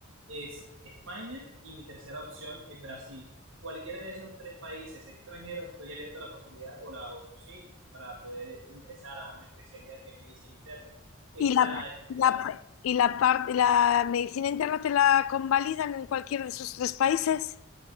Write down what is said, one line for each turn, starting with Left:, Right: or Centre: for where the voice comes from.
Right: es España y mi tercera opción es Brasil. Cualquiera de esos tres países extranjeros estoy abierto a la posibilidad o la opción sí, para poder ingresar a una especialidad que es medicina interna, que
Left: Y
Right: es
Left: la,
Right: la especialidad
Left: la- y la parte, la medicina interna te la convalidan en cualquiera de esos tres países.